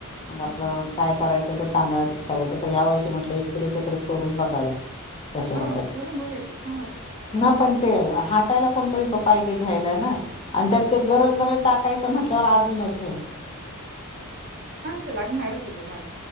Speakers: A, on the left; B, on the right.
A: मग आपलं
B: हम्म
A: काय करायचं ते तांदळाचंच करायचं तर या वर्षी म्हटलं किलोच्या तरी करून बघाव्या कशा होत्या
B: मग करून बघायचे छान वाटते.
A: ना पण ते हटायला कोणतरी पाहिजे घ्यायला ना. अन त्यात ते गरम गरम टाकायचं म्हटल्यावर अजूनच हे.
B: ते लागणारचे तुम्हाला.